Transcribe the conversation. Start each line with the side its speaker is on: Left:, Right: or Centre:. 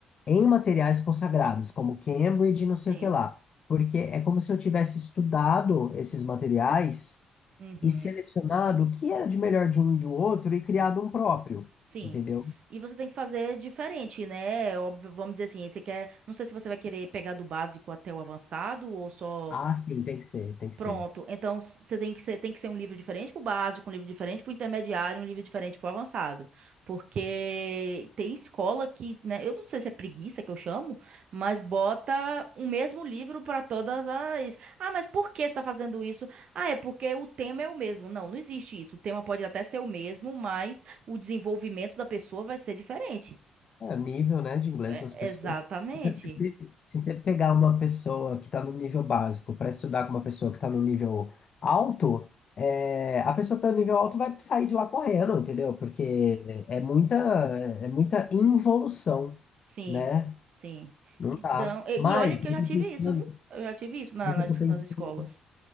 Left: em materiais consagrados, como Cambridge, e não sei
Right: Sim.
Left: o que lá, porque é como se eu tivesse estudado esses materiais
Right: Uhum.
Left: e selecionado o que era de melhor de um e do outro e criado
Right: Uhum.
Left: um próprio,
Right: Sim.
Left: entendeu?
Right: E você tem que fazer diferente, né? Óbvio, vamos dizer assim, você quer, não sei se você vai querer pegar do básico até o avançado ou só
Left: Ah, sim, tem que ser, tem que
Right: Pronto.
Left: ser.
Right: Então, você tem que ser, tem que ser um livro diferente para o básico, um livro diferente para o intermediário, um livro diferente para o avançado. Porque tem escola que, né, eu não sei se é preguiça que eu chamo, mas bota o mesmo livro para todas as. Ah, mas por que você está fazendo isso? Ah, é porque o tema é o mesmo. Não, não existe isso. O tema pode até ser o mesmo, mas o desenvolvimento da pessoa vai ser diferente.
Left: É, o nível, né, de inglês
Right: É,
Left: das pessoas.
Right: exatamente.
Left: Se se você pegar uma pessoa que está no nível básico para estudar com uma pessoa que está no nível alto, é, a pessoa que está no nível alto vai sair de lá correndo, entendeu? Porque é é muita, é muita involução,
Right: Sim,
Left: né?
Right: sim.
Left: Não
Right: Então,
Left: dá.
Right: e
Left: Mas
Right: e olha que eu
Left: eu
Right: já
Left: tô
Right: tive
Left: pensando,
Right: isso, viu? Eu já tive isso na-
Left: mas
Right: nas,
Left: eu tô pensando,
Right: nas escolas.